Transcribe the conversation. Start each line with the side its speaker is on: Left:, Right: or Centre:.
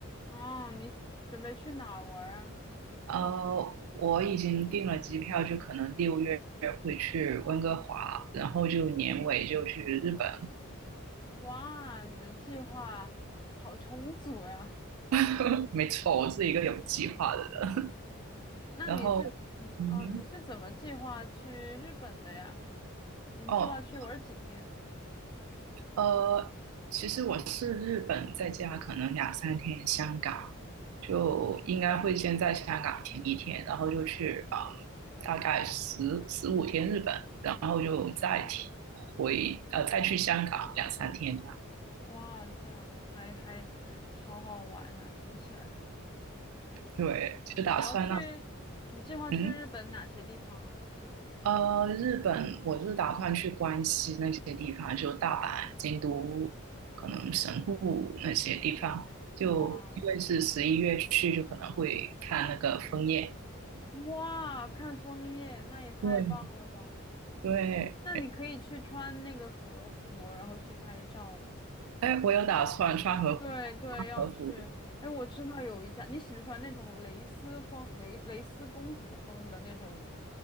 Left: 哦，你准备去哪儿玩儿啊？
Right: 呃，我已经订了机票，就可能六月会去温哥华，然后就年尾就去日本。
Left: 哇，你的计划好充足呀！
Right: <laughs> 没错，我是一个有计划的人。
Left: 那你是你哦，
Right: 然后，嗯哼，
Left: 你是怎么计划去日本的呀？你计划去玩儿几天？
Right: 哦，呃，其实我是日本，在家可能两三天，香港就应该会先在香港停一天，然后就去嗯，大概十十五天日本，然后就再停回呃再去香港两三天这样。
Left: 哇，这样还还好好玩啊，听起来。
Right: 对，就打算那
Left: 你要去，你计划去日本哪些地方啊？
Right: 嗯呃日本，我是打算去关西那些地方，就大阪、京都，可能神户那些地方。就因为是十一月去，
Left: 哇
Right: 就可能会看那个枫叶。
Left: 哇，看枫叶，那也太棒了吧！
Right: 对对，
Left: 那你可以去穿那个和服，然后去拍照哦。
Right: 哎，我有打算穿和服，
Left: 对对，
Right: 穿和服。
Left: 要去。哎，我知道有一家，你喜不喜欢那种蕾丝风、蕾蕾丝公主风的那种